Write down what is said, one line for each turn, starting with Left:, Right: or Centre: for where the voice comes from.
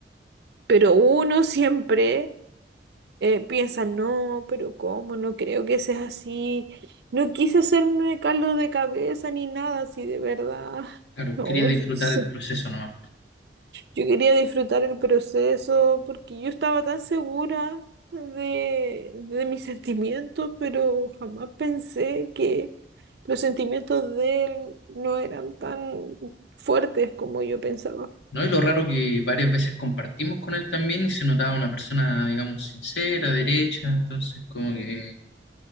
Right: Pero uno siempre eh, piensa, no, pero ¿cómo? No creo que sea así. No quise hacerme caldo de cabeza ni nada así de verdad.
Left: Claro,
Right: No.
Left: quería disfrutar el
Right: <laughs>
Left: proceso nomás.
Right: Yo quería disfrutar el proceso porque yo estaba tan segura de, de mis sentimientos, pero jamás pensé que los sentimientos de él no eran tan fuertes como yo pensaba.
Left: No, y lo raro que varias veces compartimos con él también y se notaba una persona, digamos, sincera, derecha, entonces como que